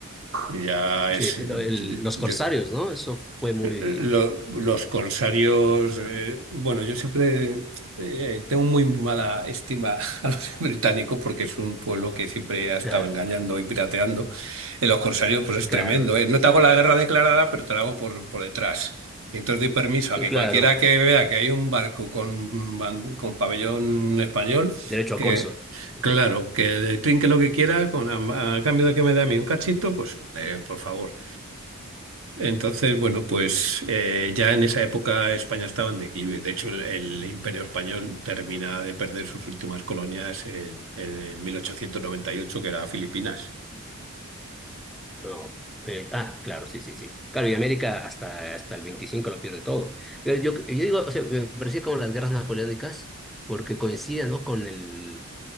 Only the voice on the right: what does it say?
Ya
es,
yo-
eh, eh, Lo- los corsarios, eh, bueno, yo siempre eh, tengo muy mala estima <laughs> a los británicos porque es un pueblo que siempre ha estado
engañando y pirateando. En los corsarios, pues es
tremendo, ¿eh? No te hago la guerra declarada, pero te la hago por, por detrás. Y entonces doy permiso a que
cualquiera que vea que hay un barco con, ban- con pabellón español,
que
claro, que le trinque lo que quiera, con, a, a cambio de que me dé a mí un cachito, pues eh, por favor. Entonces, bueno, pues eh, ya en esa época España estaba en declive. De hecho, el, el Imperio Español termina de perder sus últimas colonias en, en el 1898, que era Filipinas.